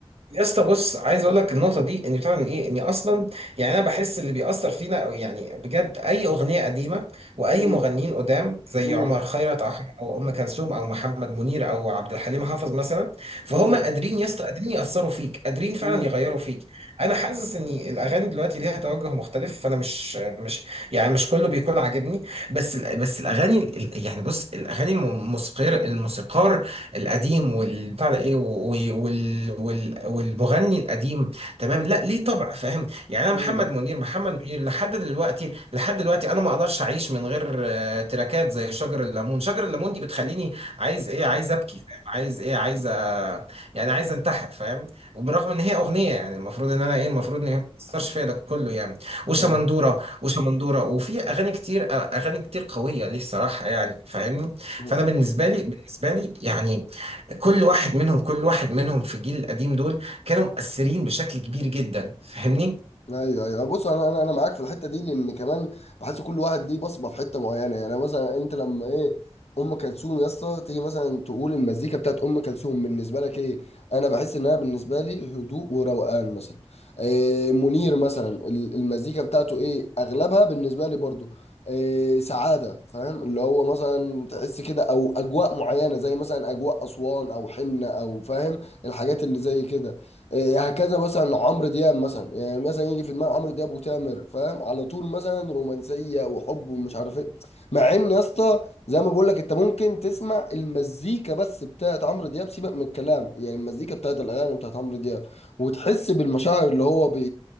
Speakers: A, on the right (about 75°); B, on the left (about 85°).
A: يا اسطى بص عايز اقول لك النقطه دي ان فعلا ايه اني اصلا يعني انا بحس اللي بيأثر فينا أو يعني بجد اي اغنيه قديمه واي
B: امم
A: مغنيين قدام زي
B: امم
A: عمر خيرت او او ام كلثوم او محمد منير او عبد الحليم حافظ مثلا فهم
B: امم
A: قادرين يا اسطى قادرين يأثروا فيك قادرين فعلا
B: امم
A: يغيروا فيك انا حاسس ان الاغاني دلوقتي ليها توجه مختلف فانا مش مش يعني مش كله بيكون عاجبني بس ال- بس الاغاني ال- يعني بص الاغاني الموسيقار الموسيقار القديم والبتاع ده ايه وال وال وال والمغني القديم تمام لا ليه طبع فاهم يعني انا
B: امم
A: محمد منير محمد منير لحد دلوقتي لحد دلوقتي انا ما اقدرش اعيش من غير آه، تراكات زي شجر الليمون شجر الليمون دي بتخليني عايز ايه عايز ابكي فاهم عايز ايه عايز أ- يعني عايز انتحر فاهم وبالرغم ان هي اغنيه يعني المفروض ان انا ايه المفروض ان هي ما تاثرش فيا ده كله يعني وشمندوره
B: ايوه
A: وشمندوره وفي اغاني كتير اغاني كتير قويه ليه الصراحه يعني فاهمني
B: امم
A: فانا بالنسبه لي بالنسبه لي يعني كل واحد منهم كل واحد منهم في الجيل القديم دول كانوا مؤثرين بشكل كبير جدا فاهمني
B: ايوه ايوه بص انا انا انا معاك في الحته دي لان كمان بحس كل واحد ليه بصمه في حته معينه يعني مثلا انت لما ايه ام كلثوم يا اسطى تيجي مثلا تقول المزيكا بتاعت ام كلثوم بالنسبه لك ايه انا بحس انها بالنسبه لي هدوء وروقان مثلا إيه منير مثلا ال- المزيكا بتاعته ايه اغلبها بالنسبه لي برضو إيه سعاده فاهم اللي هو مثلا تحس كده او اجواء معينه زي مثلا اجواء اسوان او حنه او فاهم الحاجات اللي زي كده إيه هكذا مثلا عمرو دياب مثلا يعني مثلا يجي في دماغ عمرو دياب وتامر فاهم على طول مثلا رومانسيه وحب ومش عارف ايه مع ان يا اسطى زي ما بقول لك انت ممكن تسمع المزيكا بس بتاعت عمرو دياب سيبك من الكلام يعني المزيكا بتاعت الاغاني بتاعت عمرو دياب وتحس بالمشاعر اللي هو بي...